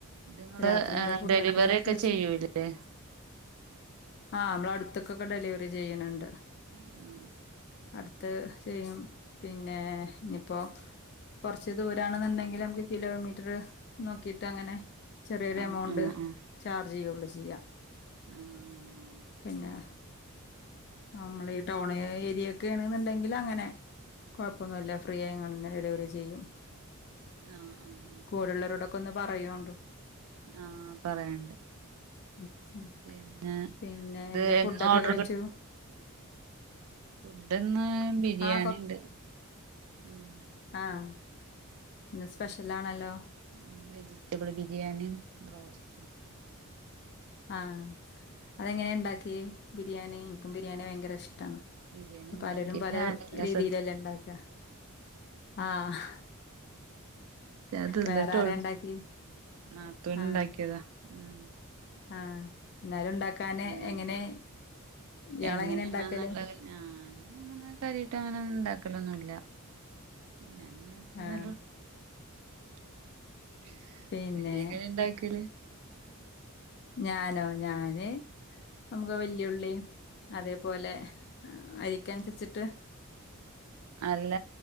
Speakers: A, on the right (about 75°); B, on the left (about 50°).
A: ഇത് ങ്ങള്ൾഡെലിവറി
B: രാത്രി എന്തേ ഫുഡൊക്കെ
A: ഒക്കെ
B: കഴിച്ച്
A: ചെയ്യൂല്ലേ
B: ആഹ്, നമ്മള അടുത്ത്ക്കൊക്കെ ഡെലിവറി ചെയ്യണണ്ട്
A: <unintelligible>
B: അടുത്ത് ചെയ്യും പിന്നെ, ഇനിയിപ്പോ. കുറച്ച് ദൂരണെന്നുണ്ടെങ്കിൽ, നമക്ക് കിലോമീറ്റർ നോക്കിട്ട് അങ്ങനെ. ചെറിയൊരു
A: ആഹ്
B: എമൗണ്ട്
A: ആഹ് ആഹ്
B: ചാർജ് ചെയ്യുള്ളു. ചെയ്യാം.
A: ആഹ് ആഹ് ഓക്കെ
B: പിന്നെ, നമ്മൾ ഈ ടൗൺ ഏരിയൊക്കെ ആണെന്നുണ്ടെങ്കിൽ അങ്ങനെ. കുഴപ്പൊന്നുല്ല, ഫ്രീയയിങ്ങാണ്ട് തന്നെ ഡെലിവറി ചെയ്യും.
A: ആഹ്‌, ആഹ്‌, ആഹ്
B: കൂടള്ളോ രോടൊക്കെ ഒന്ന് പറയോണ്ടു.
A: ആഹ്‌, പറയണ്ട്.
B: ഉം ഉം
A: പിന്നെ
B: പിന്നെ
A: ഇത്
B: എന്താ ഫുഡൊക്കെ
A: എന്നും ഓർഡർ
B: കഴിച്ചു
A: ഫുഡ്ന്ന് ബിരിയാണിണ്ട്
B: ആ
A: ഉം
B: ആഹ് ഇന്ന് സ്പെഷ്യലാണല്ലോ?
A: ഉം വെജിറ്റബിൾ ബിരിയാണിം ബ്രോസ്റ്റും
B: ആഹ് അതെങ്ങനെ ഇണ്ടാ‌ക്കിയെ ബിരിയാണി ഇൻക്കും ബിരിയാണി ഭയങ്കര ഇഷ്ട്ടാണ്
A: ബിരിയാണി ഉണ്ടാക്കിയത്
B: പലരും പല
A: ഞാനല്ല
B: രീതീലല്ലേ
A: സത്യത്തില്
B: ഇണ്ടാക്ക ആഹ്
A: ഞാ തിന്നിട്ടോള്ളു
B: വേറെ ആരാ ഇണ്ടാക്കി
A: നാത്തൂൻ
B: ആഹ്
A: ഇണ്ടാക്കിയതാ ഉം
B: ആഹ് ഇന്നാലും ഇണ്ടാക്കാന്
A: ഞാന്
B: എങ്ങനെ ഇയാളങ്ങനെ
A: എങ്ങനെയാണെന്നുള്ളത്
B: ഇണ്ടാക്കല്
A: ഞാന് അങ്ങനെ കാര്യായിട്ട് അങ്ങനെ ഇണ്ടാക്കലൊന്നുല്ല <unintelligible>
B: ആഹ്
A: <unintelligible>
B: പിന്നെ
A: ഇണ്ടാക്കല്
B: ഞാനോ ഞാന് നമുക്ക് വെല്ല്യേള്ളീം അതേപോലെ അരിക്ക അനുസരിച്ചിട്ട്
A: അല്ല